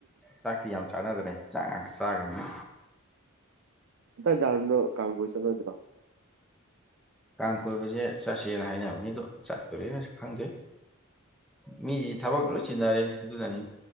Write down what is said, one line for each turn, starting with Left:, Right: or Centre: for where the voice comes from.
Centre: ꯆꯥꯛꯇꯤ ꯌꯥꯝ ꯆꯥꯅꯗ꯭ꯔꯦ ꯆꯥꯛ ꯉꯥꯛꯇ ꯆꯥꯈ꯭ꯔꯕꯅꯤ
Right: ꯑ ꯗꯗꯥꯣ ꯀ ꯀꯥꯡꯒꯣꯁꯔ ꯑꯗꯨ꯭ꯔꯣ
Centre: ꯀꯥꯡ ꯀꯣꯏꯕꯁꯦ ꯆꯠꯁꯦꯅ ꯍꯥꯏꯅꯕꯅꯤꯗꯣ ꯆꯠꯇꯣꯣꯔꯦꯅꯁꯨ ꯈꯪꯗꯦ ꯃꯤ ꯊꯕꯛꯒ ꯂꯣꯏꯁꯤ ꯅꯔꯟ ꯑꯗꯨꯅꯤ